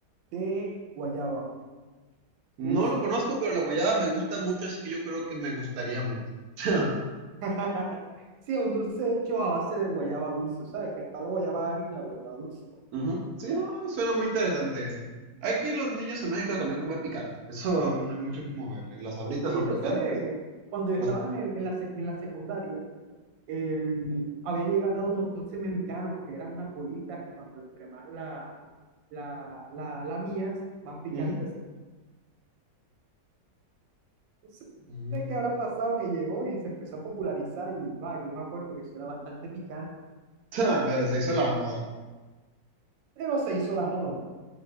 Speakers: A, on the right; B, on the right.
A: de guayaba dulce.
B: No lo conozco, pero la guayaba me gusta mucho, así que yo creo que me gustaría mucho. <laughs>
A: <laughs> Sí, es un dulce hecho a base de guayaba dulce, ¿sabes? Que está la guayaba agria y la guayaba dulce.
B: Ujú. Sí, no, suena muy interesante ese. Aquí los niños en México también comen picante. Eso no hay mucho que moverle. Las sabritas
A: Sí,
B: son
A: yo
B: picantes.
A: sé, eh, cuando yo
B: Las...
A: estaba en, el- en la, sec- en la secundaria, el- había llegado unos dulces mexicanos que eran unas bolitas que cuando entre más la, la, la, la mías, más picantes.
B: ujú,
A: no
B: ujú.
A: sé qué habrá pasado que llegó y se empezó a popularizar y va, yo me acuerdo que eso era bastante picante,
B: Ah, pero se hizo la moda.
A: pero se hizo la moda.